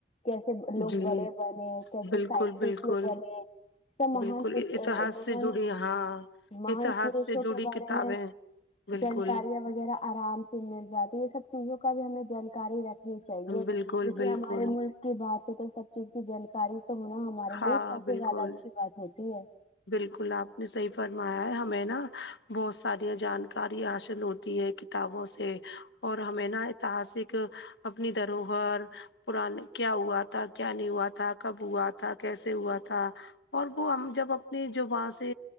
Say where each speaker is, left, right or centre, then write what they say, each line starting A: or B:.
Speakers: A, on the left; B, on the left.
A: کیسے لوگ
B: جی
A: بڑے بنے کیسے
B: بالکل
A: سائنٹسٹ
B: بالکل
A: بنے سب مہان
B: بالکل اتہاس
A: مہان
B: سے جڑی ہاں
A: محان
B: اتہاس
A: پوروشوں
B: سے جڑی
A: کے بارے
B: کتابیں
A: میں
B: بالکل
A: جانکاریاں وغیرہ آرام سے مل جاتی یہ سب چیزوں کا بھی ہمیں جانکاری رہتی چاہیے
B: بالکل
A: کیونکہ
B: بالکل
A: ہمارے ملک کی بات سے تو سب چیز کی جانکاری تو ہونا ہمارے
B: ہاں
A: نہیں کافی
B: بالکل
A: زیادہ اچھی بات ہوتی ہے
B: بالکل آپ نے صحیح فرمایا ہے ہمیں نا بہت ساریا جانکاریاں حاصل ہوتی ہے کہ کتابوں سے اور ہمیں نا اتحاسک اپنی دروہر پورن کیا ہوا تھا کیا نہیں ہوا تھا کب ہوا تھا کیسے ہوا تھا اور وہ ہم جب اپنی جو وہاں سے